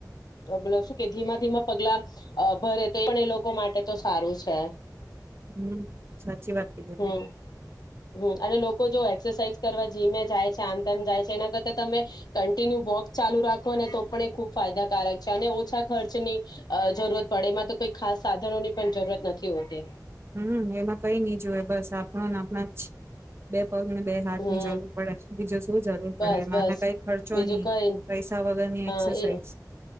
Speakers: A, on the left; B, on the right.
A: પણ શું કે ધીમા ધીમા પગલા ભરે તો એ પણ એ લોકો માટે તો સારું છે
B: હમ્મ સાચી વાત કીધી તમે
A: હમ હમ અને લોકો જો એ એક્સરસાઇઝ કરવા જીમે જાય છે આમ તેમ જાય છે એના કરતા તમે કન્ટિન્યુ વોક ચાલુ રાખો ને તો પણ એ ખૂબ ફાયદાકારક છે અને ઓછા ખર્ચની અ જરૂરત પડે એમાં તો કોઈ ખાસ સાધનોની પણ જરૂરત નથી હોતી
B: હમ્મ એમાં કઈ નઈ જોએ બસ આપણને આપણા બે પગ ને બે હાથ
A: હમ
B: ની જરૂર પડે બીજે શું જરૂર પડે
A: બસ બસ
B: એ કઈ ખર્ચો
A: બીજું
B: નહી
A: કઈ
B: પૈસા વગરની એક્સરસાઇઝ
A: હા એ